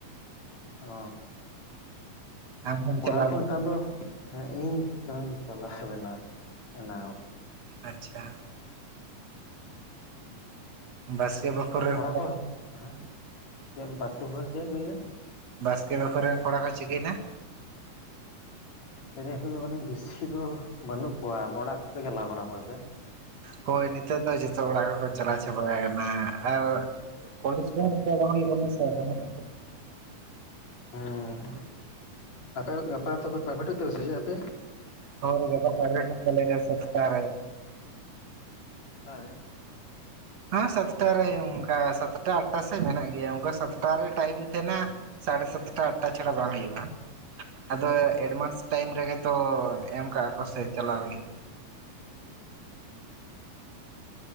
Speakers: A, on the left; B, on the right.
A: ᱚᱻ
B: ᱟᱢ ᱦᱚᱢ
A: ᱠᱚᱲᱟ
B: ᱪᱟᱞᱟᱣ
A: ᱠᱚ ᱱᱮᱛᱟᱨ ᱫᱚ ᱤᱧ ᱪᱚᱧ ᱪᱟᱞᱟᱣ ᱞᱮᱱᱟ ᱮᱱᱟᱝᱚᱜ
B: ᱟᱪᱪᱷᱟ ᱵᱟᱥᱠᱮ ᱵᱟᱠᱷᱳᱞ ᱨᱮᱱ
A: ᱠᱚᱲᱟ ᱠᱚ ᱦᱮᱸ ᱪᱮᱫ ᱵᱟᱥᱠᱮ ᱵᱟᱠᱷᱳᱞ ᱨᱮ ᱪᱮᱫ ᱮᱢ ᱞᱟᱹᱭᱫᱟ
B: ᱵᱟᱥᱠᱮ ᱵᱟᱠᱷᱳᱞ ᱨᱮᱱ ᱠᱚᱲᱟ ᱠᱚ ᱪᱤᱠᱟᱹᱭᱱᱟ
A: ᱞᱟ. ᱭᱫᱤᱧ ᱱᱤᱛᱚᱜ ᱫᱚ ᱡᱟᱱᱤᱡ ᱵᱤᱥᱤ ᱫᱚ ᱵᱟᱹᱱᱩᱜ ᱠᱚᱣᱟ ᱚᱲᱟᱜ ᱜᱮ ᱠᱚ ᱪᱟᱞᱟᱣ ᱠᱟᱱᱟ ᱠᱚ ᱦᱮᱥᱮ
B: ᱦᱳᱭ ᱱᱤᱛᱳᱜ ᱫᱚ ᱡᱚᱛᱚ ᱚᱲᱟᱜ ᱠᱚᱠᱚ ᱪᱟᱞᱟᱣ ᱪᱟᱵᱟ ᱠᱟᱱᱟ ᱟᱨ ᱠᱚᱞᱮᱡᱽ ᱠᱚᱦᱚᱸ ᱚᱝᱠᱟ ᱵᱟᱝ ᱦᱩᱭᱩᱜ ᱠᱟᱱᱟ ᱥᱮ ᱟᱫᱚ ᱚᱱᱟ ᱠᱷᱟᱹᱛᱤᱨ
A: ᱦᱩᱸ ᱟᱯᱮ ᱜᱟᱯᱟ ᱛᱚᱵᱮ ᱯᱟᱭᱵᱷᱮᱴ ᱦᱩᱭᱩᱜ ᱛᱟᱯᱮᱭᱟ ᱥᱮ ᱪᱮᱫ ᱟᱯᱮᱭᱟᱜ
B: ᱦᱳᱭ ᱜᱟᱯᱟ ᱯᱟᱭᱵᱷᱮᱴ ᱦᱮᱱᱟᱜ ᱛᱟᱞᱮᱭᱟ ᱥᱟᱛᱴᱟ ᱨᱮ
A: <unintelligible>
B: ᱦᱟᱸ ᱥᱟᱛᱴᱟ ᱨᱮ ᱚᱝᱠᱟ ᱥᱟᱛᱴᱟ ᱟᱴᱴᱟ ᱥᱮᱡ ᱢᱮᱱᱟᱜ ᱜᱮᱭᱟ ᱚᱝᱠᱟ ᱥᱟᱛᱴᱟ ᱨᱮ ᱴᱟᱭᱤᱢ ᱛᱷᱮᱱᱟ ᱥᱟᱲᱮ ᱥᱟᱛᱴᱟ ᱟᱴᱴᱟ ᱪᱷᱟᱲᱟ ᱵᱟᱝ ᱦᱩᱭᱩᱜᱼᱟ ᱟᱫᱚ ᱮᱰᱵᱷᱟᱱᱥ ᱴᱟᱭᱤᱢ ᱨᱮᱜᱮᱛᱚ ᱮᱢ ᱠᱟᱜᱼᱟ ᱠᱚ ᱥᱮ ᱪᱟᱞᱟᱣ ᱞᱟᱹᱜᱤᱫ